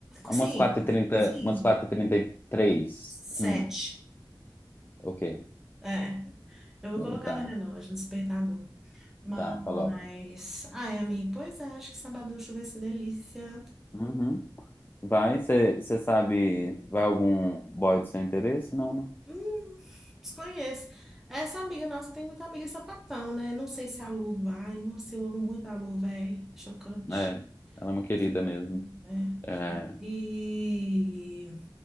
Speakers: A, on the left; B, in the centre.
A: Umas
B: sim,
A: quatro e trinta,
B: sim,
A: umas quatro e trinta e três.
B: sete.
A: Hum. Ok.
B: É, eu vou
A: Hum,
B: colocar
A: Tá.
B: no relógio, no despertador. Mas,
A: Tá, coloca.
B: ai, amigo, pois é, acho que sabaducho vai ser delícia.
A: Uhum. Vai, você sabe, vai algum boy do seu interesse? Não,
B: Hum, desconheço. Essa amiga nossa tem muita amiga sapatão, né? Não sei se a Lu vai. Nossa, eu amo muito a Lu, velho. Chocante.
A: né? É, ela é uma querida
B: Nossa,
A: mesmo.
B: né?
A: É,
B: E.